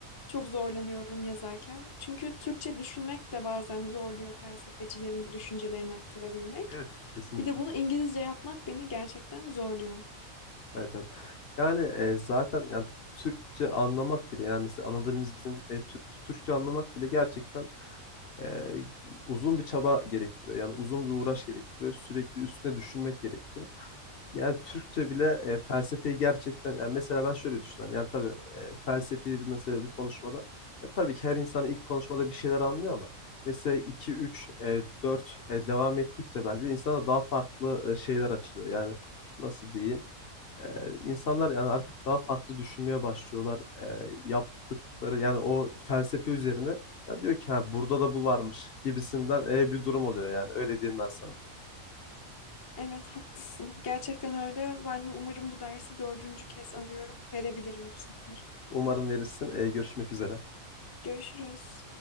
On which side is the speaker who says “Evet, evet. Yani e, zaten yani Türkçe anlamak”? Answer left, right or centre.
Left